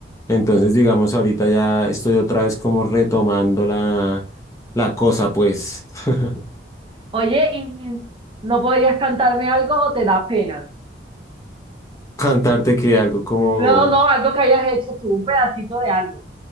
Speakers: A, on the left; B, on the right.
A: Entonces, digamos, ahorita ya estoy otra vez como retomando la, la cosa, pues, <laughs>
B: Oye, ¿y, y no podrías cantarme algo o te da pena?
A: cantarte que algo como,
B: No, no, algo que hayas hecho tú, un pedacito de algo.